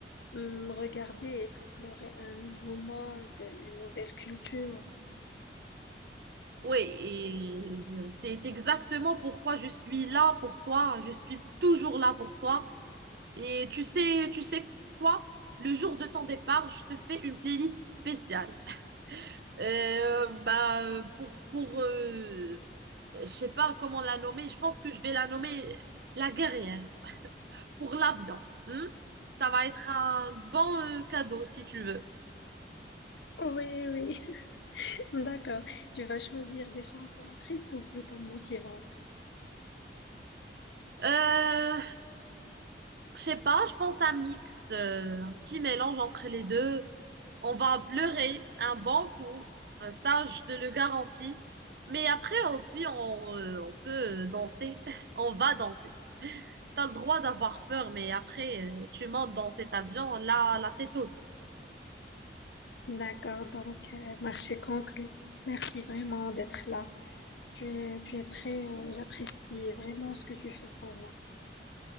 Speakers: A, on the left; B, on the right.
A: hum, regarder et explorer un nouveau monde, une nouvelle culture.
B: Oui, et euh, c'est exactement pourquoi je suis là pour toi. Je suis toujours là pour toi. Et tu sais, tu sais quoi? Le jour de ton départ, je te fais une playlist spéciale. Euh, bah pour pour euh, je sais pas comment la nommer. Je pense que je vais la nommer la guerrière. pour l'avion. hmm Ça va être un bon euh, cadeau si tu veux.
A: Oui, oui, <laughs> d'accord. Tu vas choisir des chansons tristes ou plutôt motivantes.
B: Euh, je sais pas, je pense un mix, euh, un petit mélange entre les deux. On va pleurer un bon coup, Euh, ça je te le garantis. Mais après, au pire, on, euh, on peut euh, danser. <laughs> On va danser. T'as le droit d'avoir peur, mais après, euh, tu montes dans cet avion, là, la tête haute.
A: D'accord, donc euh, marché conclu. Merci vraiment d'être là. Tu es, tu es très, euh, j'apprécie vraiment ce que tu fais pour moi.